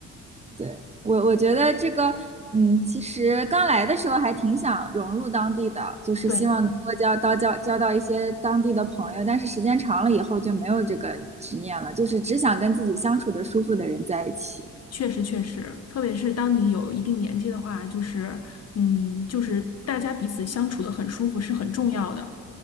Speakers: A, on the right; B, on the left.
A: 对，我我觉得这个，嗯，其实刚来的时候还挺想融入当地的，就是希望能够交到交交到一些当地的朋友，
B: 对。
A: 但是时间长了以后就没有这个执念了，就是只想跟自己相处的舒服的人在一起。
B: 确实，确实，特别是当你有一定年纪的话，就是，嗯，就是大家彼此相处的很舒服是很重要的。